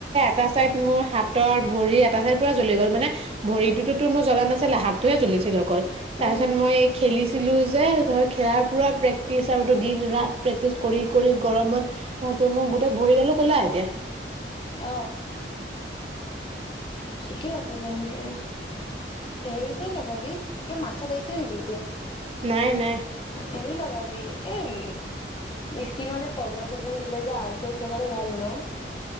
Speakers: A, on the right; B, on the left.
A: এটা চাইড মোৰ হাতৰ ভৰিৰ এটা চাইৰ পৰা জ্বলি গ'ল মানে ভৰিটোোতো তোৰ মোৰ জনা নাছিলে হাতটোয়ে জ্বলিছিল অকল। তাৰ
B: উম
A: পিছত মই খেলিছো ছিলো যে ধ খেলাৰ পুৰা প্ৰেক্টিচ আৰু দিন ৰাত প্ৰেক্টিচ কৰি, কৰি গৰমত তাহঁতৰ মই গোটেই ভৰি গ'লো। ক'লা এতিয়া
B: অহ। ঠিকে আছে তেন্তে সেছে লগা কে মা চছাত আহিছে নেকি এতিয়া
A: নাই নাই
B: হেৰি ল'। ভাবি এই উম, স্কিনৰ যে প্ৰব্লেম চব্লেম দিলে যে আইচ লগালে ভাল ন'?